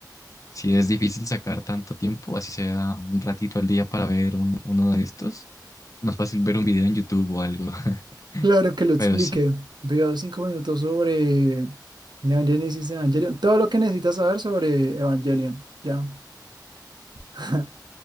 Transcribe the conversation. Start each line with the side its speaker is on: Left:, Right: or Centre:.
Left: Si es difícil sacar tanto tiempo, así sea un ratito al día para ver un- uno de estos. Más fácil ver un video en YouTube o algo. <laughs>
Right: Claro que lo explique.
Left: Pero sí.
Right: Video cinco minutos sobre Neon Genesis Evangelion. Todo lo que necesitas saber sobre Evangelion. Ya. <laughs>